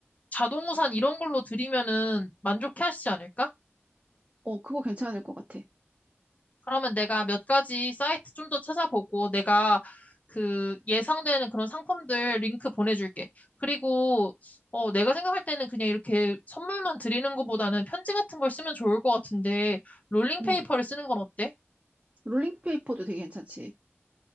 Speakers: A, on the left; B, on the right.
A: 자동 우산 이런 걸로 드리면은 만족해 하시지 않을까?
B: 어, 그거 괜찮을 것 같아.
A: 그러면 내가 몇 가지 사이트 좀 더 찾아보고 내가 그 예상되는 그런 상품들 링크 보내줄게. 그리고 어, 내가 생각할 때는 그냥 이렇게 선물만 드리는 것보다는 편지 같은 걸 쓰면 좋을 것 같은데 롤링페이퍼를
B: 음.
A: 쓰는 건 어때?
B: 롤링페이퍼도 되게 괜찮지.